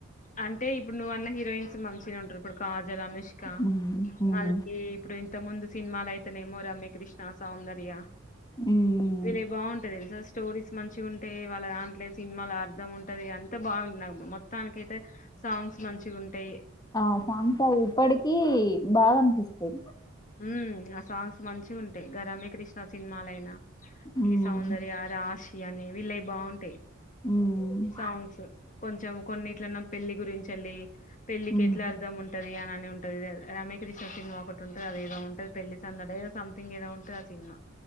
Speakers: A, on the left; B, on the left.
A: అంటే ఇప్పుడు నువ్వు అన్న హీరోయిన్స్ మంచిగా ఉంటరు ఇప్పుడు కాజ ల్ అనుష్క
B: హ్మ్. హుహు.
A: మల్లిపీ ఇప్పుడు ఇంతక ముందు సినిమాలయితేనేమో రమ్య కృష్ణ సౌందర్య
B: హ్మ్.
A: వీళ్ళయి బాగుంటది స్టోరీస్ మంచిగా ఉంటయి వాళ్ళ దాంట్ల సినిమాల అర్ధం ఉంటది అంతా బాగున్ నగ్ మొత్తానికి అయితే సాంగ్స్ మంచిగ ఉంటయి
B: ఆ సాంగ్స్ అవి ఇప్పటికీ బాగనిపిస్తయి
A: ఉమ్ ఆ సాంగ్స్ మంచిగుంటాయి గ రమ్య కృష్ణ సినిమాలు అయినా
B: హ్మ్.
A: గి సౌందర్య రాషి ఇయ్యాని వీళ్ళయ్ బాగుంటాయి
B: హ్మ్.
A: సాంగ్స్ కొంచెం కొన్నిట్లన్న పెళ్లి గురించేల్లి పెళ్ళికి
B: హ్మ్.
A: ఎట్లా అర్థం ఉంటది అనన్ మె ఉంటది రమ్యకృష్ణ సినిమా ఒకటి ఉంటంది అది ఏదో ఉంటది పెళ్లి సందడో సంథింగ్ ఏదో ఉంటది ఆ సినిమా